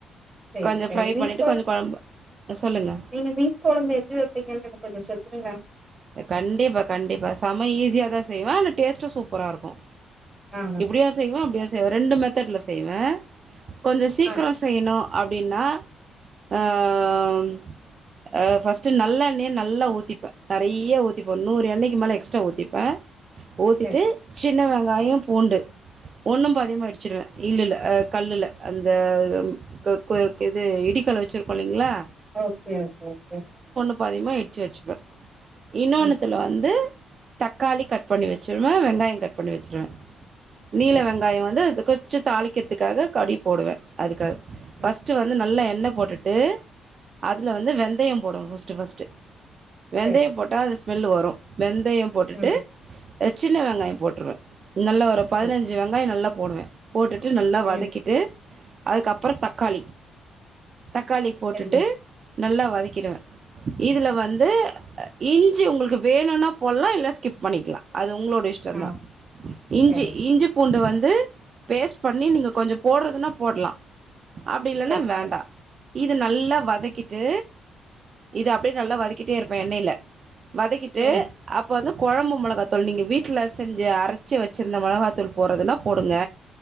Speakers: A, on the right; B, on the right.
A: சரி
B: கொஞ்சோ
A: சரி
B: ஃப்ரை
A: மீன்
B: பண்ணிட்டு கொஞ்சோ கொழம்பு சொல்லுங்க
A: நீங்க மீன் கொழம்பு எப்டி வைப்பீங்கன்னு எனக்கு கொஞ்சோ சொல்லுங்களே
B: கண்டிப்பா கண்டிப்பா சம ஈஸியா தா செய்வே இல்ல டேஸ்ட்டு சூப் பரா இருக்கு
A: ஆ
B: இப்டியூ செய்வோ அப்டியூ து ரெண்டு மெத்தட்ல் செய்வே கொஞ்சோ சீக்கிரோ
A: ஆ
B: செய்ணோ அப்டின்னா அ ம் அ ஃபஸ்ட்டு நல்ல எண்ணெய நல்லா ஊத்திப்பே நெறிய ஊத்திப்பே ஒரு நூறு எண்ணெய்க்கு மேலே எக்ஸ்ட்ரா ஊத்திப்பே ஊத்திட்டு
A: சரி
B: சின்ன வெங்காயொ பூண்டு ஒன்னூம் பாதிமா இடிச்சிடுவே இல் இல்ல அஹ் கல்லுல்ல அந்த ம் கக் குவ கெ இது இடிக்கல் வச்சுருப்போ இல்லிங்கலா
A: ஓகே ஓகே ஓகே
B: ப்ப அதிகமா இடிச்சு வச்சுப்பே இன்னோன்னுத்துல
A: ம்
B: வந்து தக்காளி கட் பண்ணி வச்சுடுவே வெங்காயம் கட் பண்ணி வச்சுருவே நீல
A: சரி
B: வெங்காயொ வந்து அதுக்கு மிச்ச தாளிக்கிறதுக்காக கடி போடுவே அதுக்காக
A: ம்
B: ஃபஸ்ட் வந்து நல்லா எண் ண்ணெ போட்டுட்டு அதுல வந்து வெந்தயம் போடுவே ஃப்ஸ்ட் ஃப்ஸ்ட் வெந்தயம்
A: சரி
B: போட்டா அது ஸ்மெல் வரு வெந்தயம் போட்டுட்டு
A: ம்
B: அ சின்ன வெங்காயம் போட் ட்ருவ நல்ல ஒரு பதினஞ்சு
A: சரி
B: வெங்காயம் நல்லப் போடுவே போட்டுட்டு நல்லா
A: ம்
B: வதக்கிட்டு அதுக்கப்பறொ தக்காளி தக்காளி போட்டுட்டு
A: சரி ஓகே
B: நல்லா வதக்கிடுவே இதுல வந்து அஹ் இஞ்சி உங்களுக்கு வேணும்னா போட்லா இல்ல ஸ்கிப் பண்ணிக்கலா அது உங்களோட ங்க இஷ்டந்தா
A: ஆ
B: இஞ்சி
A: சரி
B: இஞ்சி பூண்டு வந் ந்து பேஸ்ட் பண்ணி நீங்க கொஞ்சொ போடுறதுன்னா போட்லா அப்படி இல்லன்னா
A: சரி
B: வேண்டா
A: சரி
B: இது நல்லா வதக்கிட்டு இத அப்டே நல்லா வதக்கிட்டே இருப்பே எண்ணைய்ல வதக்கிட்டு
A: ம்
B: அப்ப வந்து கொழம்பு மொளகாத்தூள் நீங்க வீட்ல செஞ் ஞ்சு அரச்சி வச்சிருந்த மொளகாத்தூள் போட்றதுன்னா போடுங்க